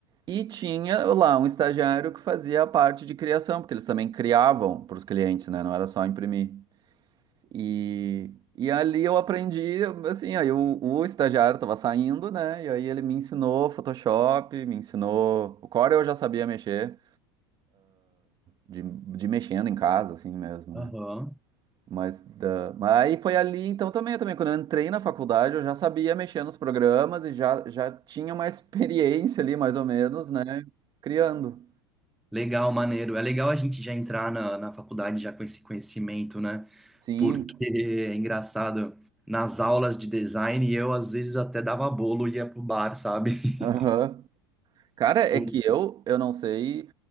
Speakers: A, on the right (about 35°); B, in the centre.
A: e tinha lá um estagiário que fazia a parte de criação, porque eles também criavam para os clientes, né? Não era só imprimir. E, e ali eu aprendi, assim, aí o, o estagiário estava saindo, né? E aí ele me ensinou Photoshop, me ensinou. O Core eu já sabia mexer, de, de mexendo em casa, assim mesmo, né?
B: Aham.
A: Mas, da, mas aí foi ali, então também, também, quando eu entrei na faculdade, eu já sabia mexer nos programas e já, já tinha uma experiência ali, mais ou menos, né? Criando.
B: Legal, maneiro. É legal a gente já entrar na, na faculdade já com esse conhecimento, né?
A: Sim.
B: Porque é engraçado, nas aulas de design eu às vezes até dava bolo e ia pro bar, sabe? <laughs>
A: Aham. Cara, é
B: Pô,
A: que eu, eu não sei